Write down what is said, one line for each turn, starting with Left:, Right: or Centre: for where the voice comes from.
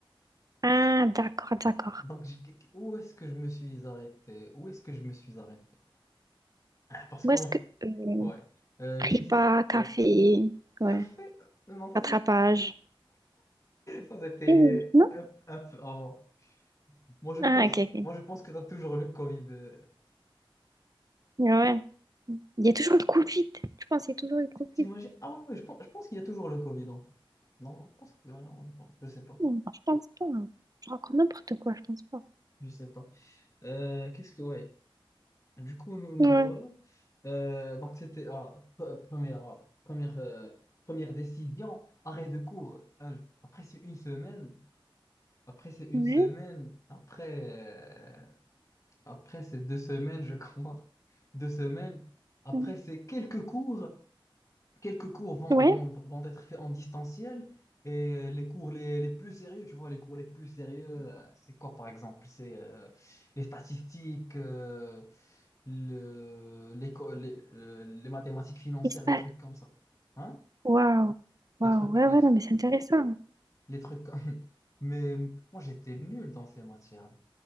Right: Ah, d'accord, d'accord.
Left: Donc je- où est-ce que je me suis arrêté? Où est-ce que je me suis arrêté? Parce
Right: Où
Left: qu'en
Right: est-ce que euh,
Left: ouais, Euh,
Right: prépa,
Left: je dis
Right: café, ouais,
Left: café. Non, ça
Right: rattrapage.
Left: c'était ça, c'était
Right: Eh, Non?
Left: un, un peu avant. Moi je pense,
Right: Ah, ok, ok.
Left: moi je pense que t'as toujours le Covid. euh.
Right: Ouais. Il y a toujours le Covid. Tu penses il y a toujours le Covid.
Left: T'imagines? Ah ouais ouais je pense, je pense qu'il y a toujours le Covid en fait. Non, je pense qu'il y a non, non, Je sais pas.
Right: Non, je pense pas. hein. Je raconte n'importe quoi, je pense pas.
Left: Je sais pas. Euh, qu'est-ce que ouais. Du coup, nous nous
Right: Ouais.
Left: voilà. Euh, donc c'était ah, pre- première ah, première euh, première décision, arrêt de cours. Un- jour. Après c'est une semaine. Après c'est une
Right: Ouais,
Left: semaine. Après euh, Après ces deux semaines, je crois, <laughs> deux semaines, après
Right: ouais.
Left: ces quelques cours, quelques cours vont,
Right: Ouais,
Left: vont, vont être faits en distanciel et euh, les cours les, les plus sérieux, tu vois, les cours les plus sérieux, euh, c'est quoi par exemple? C'est euh, les statistiques, euh, le, l'éco- les, euh, les mathématiques financières,
Right: espace.
Left: des trucs comme ça. Hein?
Right: Waouh. Waouh,
Left: Les trucs,
Right: ouais,
Left: les,
Right: ouais,
Left: tru-
Right: non, mais c'est intéressant.
Left: les trucs comme... <laughs> Mais moi, j'étais nul dans ces matières.